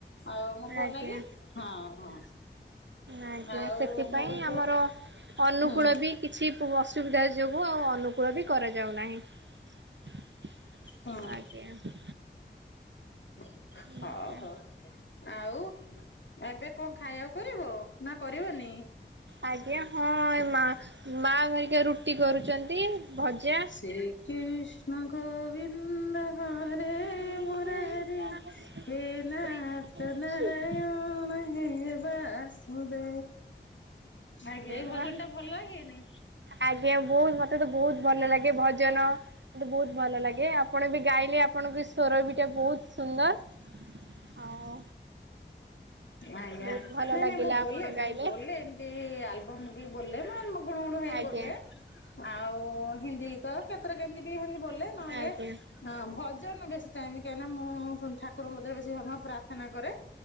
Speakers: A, on the left; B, on the right.
A: ଆଉ ମୋ ପୁଅ
B: ଆଜ୍ଞା
A: ନାଗି ହଁ ହଁ
B: ଆଜ୍ଞା
A: ଆଉ
B: ସେଥିପାଇଁ
A: ମୋ ବୋ
B: ଆମର ଅନୁକୂଳ
A: ହୁଁ
B: ବି କିଛି ଅସୁବିଧା ଯୋଗୁ ଆଉ ଅନୁକୂଳ ବି କରାଯାଉ ନାହିଁ।
A: ହୁଁ
B: ଆଜ୍ଞା।
A: ହଁ
B: ଆଜ୍ଞା
A: ହୋ। ଆଉ ଏବେ କଣ ଖାଇବାକୁ କରିବ ନା କରିବନି?
B: ଆଜ୍ଞା ହଁ ମା ମା ଧରିକି ରୁଟି କରୁଛନ୍ତି ଭଜା।
A: ଶ୍ରୀକୃଷ୍ଣ ଗୋବିନ୍ଦରେ
B: ଆରେ
A: ମରାର ହେ ନାଥ ନାରାୟଣ ହେ ବାସ। ଦେ ଆଜ୍ଞା ଏ
B: ବା
A: ଭଜନ ଟା ଭଲ ଲାଗେନି।
B: ଆଜ୍ଞା ବହୁତ ମତେ ତ ବହୁତ ଭଲ ଲାଗେ ଭଜନ। ମତେ ବହୁତ ଭଲ ଲାଗେ ଆପଣ ବି ଗାଇଲେ ଆପଣଙ୍କ ସଵର ବିଟା ବହୁତ ସୁନ୍ଦର। ଆଉ
A: ଆଜ୍ଞା
B: ବହୁତ ଭଲ
A: ନାଇଁ
B: ଲାଗିଲା
A: ନାଇଁ ମୁଁ ବୋ
B: ଆପଣ ଗାଇଲେ
A: ମୁଁ ବୋ ଏମିତି ଆଲବମ ବି ବୋଲେ ମେ ଗୁଣ ଗୁଣ ହେଇି।
B: ଆଜ୍ଞା
A: ବୋଲେ ଆଉ ହିନ୍ଦୀ ତ କେତେଟ କେମତି ବି ହିନ୍ଦ ବୋ ନହେଲେ।
B: ଆଜ୍ଞା।
A: ହଁ ଭଜନ ବେଶୀ ଟାଇମ କାହିଁକିନା ମୁଁ ଠାକୁରଙ୍କ ମଧ୍ୟରେ ବେଶୀ ହମା ପ୍ରାର୍ଥନା କରେ